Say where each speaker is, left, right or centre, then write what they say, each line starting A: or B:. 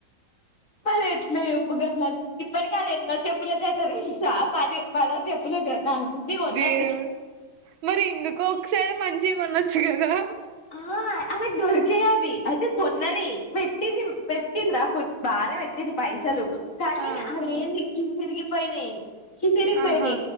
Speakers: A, on the left; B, on the right.
A: మరెట్లు ఎప్పు గట్ల ఇప్పటికదెన్నో చెప్పుల జత <unintelligible> తెలుసా పది పదో చెప్పుల జ టంది ఒన్న
B: టెవ్ మరిందుకో ఒకసారి మన్ చి గొనచ్చు గదా
A: ఆ యామకి దొరికే అవి అయితే కొన్నది పె పెటింది పెట్ందరా ఫు బానే పెట్టటింది పైసలు కానీ
B: ఆ
A: అవి ఏం చి తరికి పైనా హిసిరిపోది
B: ఆహా